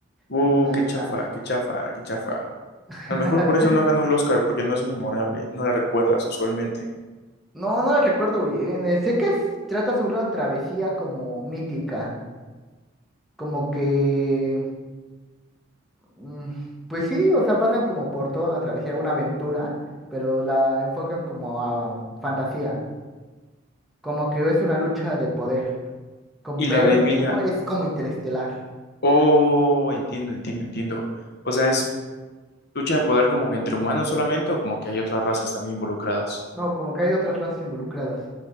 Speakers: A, on the left; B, in the centre.
A: Uh,
B: Duna,
A: qué
B: Duna.
A: chafa, qué chafa, qué chafa.
B: <laughs>
A: A lo mejor por eso no ganó el Oscar, porque no es memorable, no la recuerdas usualmente.
B: No, no la recuerdo bien. eh, Sé que es- trata sobre una travesía como mítica, como que Mm, Pues sí, o sea, pasan como por toda una travesía, una aventura, pero la enfocan como a um, fantasía, como que es una lucha de poder, con,
A: Y
B: pero
A: la de Emilia,
B: es como interestelar,
A: oh, entiendo, entiendo, entiendo. O sea, es lucha de poder como que entre humanos solamente o como que hay otras razas también involucradas.
B: no, como que hay otras razas involucradas.